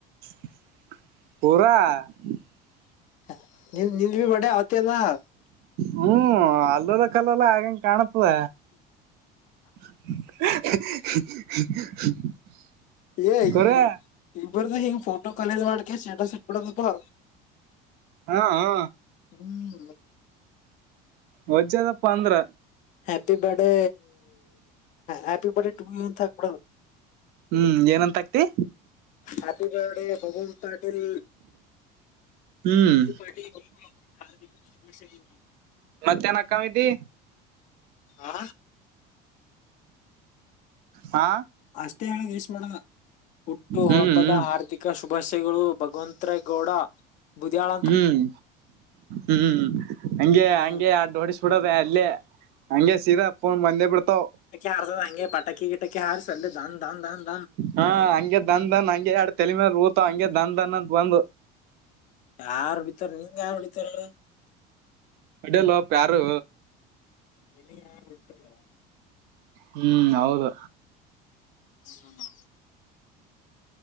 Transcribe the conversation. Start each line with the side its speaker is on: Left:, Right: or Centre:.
Right: <unintelligible>
Left: <unintelligible>
Right: ಹ್ಮ್ ಅಲ್ಲದ ಕಲ್ಲಲ್ಲ ಆಗಂಗ ಕಾಣತದ. <unintelligible>
Left: ಹೇ
Right: ಕರೆ
Left: <unintelligible> ಹಿಂಗ್ ಫೋಟೋ ಕೊಲ್ಯಜ್ ಮಾಡ್ಕ ಸ್ಟೇಟಸ್ ಇಟ್ಬಿಡದಪ್ಪಾ.
Right: ಹಾ ಹಾ
Left: ಹ್ಮ್
Right: ವಜ್ಜದಪ್ಪ ಅಂದ್ರ
Left: happy birthday happy birthday two ಅಂತ ಹಾಕ್ಬಿಡದು
Right: ಹ್ಮ್ ಏನಂತ ಆಕ್ತಿ
Left: ಹ್ಯಾಪಿ ಬರ್ತ್ಡೇ ಭಗಂತ್ ಪಾಟೀಲ್
Right: ಹ್ಮ್
Left: ಪಾಟೀಲ್ ಒ ಹಾರ್ದಿಕ ಶುಭಾೆಗಳು
Right: ಮತ್ತೇನ್ ಅಕ್ಕವಿದಿ
Left: ಆ
Right: ಹಾ
Left: ಅಷ್ಟೇ ಹೇಳಷ್ಮಳ ಹುಟ್ಟು
Right: ಹ್ಮ್
Left: ಹಬ್ಬದ
Right: ಹ್ಮ್
Left: ಹಾರ್ದಿಕ ಶುಭಾಯಗಳು ಭಗವಂತರ ಗೌಡ ಬುದಧಿಯಾಳ
Right: ಹ್ಮ್ ಹ್ಮ್ ಹಂಗೆ
Left: ಹ್ಮ್
Right: ಹಂಗೆ ಅಡ್ ಹೊಓಡಸ್ಬಿಡದ ಅಲ್ಲಿೇ ಹಂಗೆ ಸೀದಾಪ್ಪನ್ ಮಂದೆ ಬಿಡ್ತಾವ್
Left: ಆ ಹಂಗೆ ಪಟಕಿ ಕಿಟಕ ಹಾರ ಅ
Right: ಹಾ ಹಂಗೆ ದನ್ನ್ ಹಂಗಗೆ ಎಡು ತಲೆಮೇಾಲ ಊತ ಹಂಂಗಗೆ ದನ್ ದನ್ ಅಂತ ಬಂದು
Left: ಯಾರು ಹೊಡಿತಾರ ನಿಂಂಗ ಯಾರು ಹೊಡಿತಾರಲ್ಲ
Right: ಅಡಲ್ಲ ಪ್ಯಾರು
Left: ಇನ ಯಾರ ಬಿಟ್ಟಲ
Right: ಹ್ಮ್ ಹೌದು
Left: ಹ್ಮ